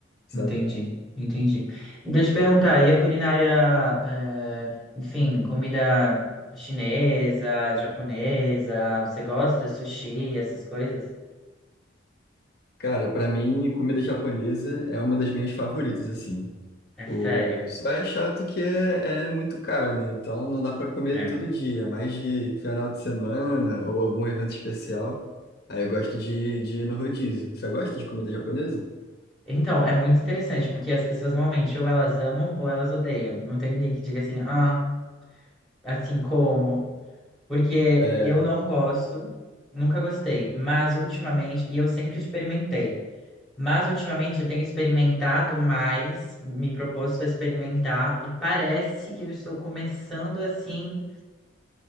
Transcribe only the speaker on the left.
sabe?
Cara, pra mim, comida japonesa é uma das minhas favoritas, assim.
O
só é chato que é, é muito caro, né? Então não dá pra comer
todo dia, mais de final de semana ou algum evento especial. Aí eu gosto de, de ir no rodízio. Você gosta de comida japonesa?
É,